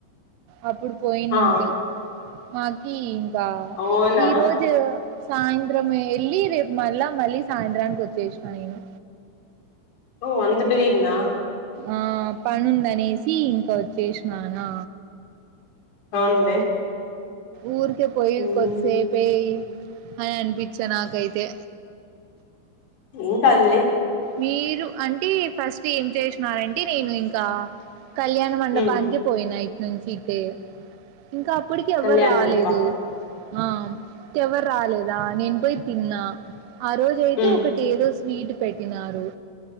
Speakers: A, on the right; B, on the left.
A: అప్పుడు పోయినింటి
B: ఆ
A: మాకి ఇంకా
B: అవునా
A: ఈ రోజు సాయంత్రమే వెళ్ళి రేపు మళ్ళా మళ్ళీ సాయంత్రానికి వచ్చేసినా నేను.
B: ఓ అంత బిరిన్నా
A: ఆ పనుందనేసి ఇంకా వచ్చేసినానా
B: అవునులే
A: ఊరికే పోయి
B: ఉమ్
A: కొద్దిసేపే అని అనిపించా నాకైతే
B: ఎమ్ కాదలే
A: మీరు అంటే ఫస్ట్ ఏం చేసినారంటే నేను ఇంకా కళ్యాణ మండపానికి
B: మ్మ్
A: పోయిన ఇట్నుంచు ఇటే ఇంకా అప్పటికి ఎవరు
B: కళ్యాణ
A: రాలేదు
B: మంటపమా
A: ఆ ఎవరు రాలేదు ద నేను పోయి తిన్నా ఆ రోజయితే
B: మ్మ్
A: ఒకటి ఏదో స్వీట్ పెట్టినారు.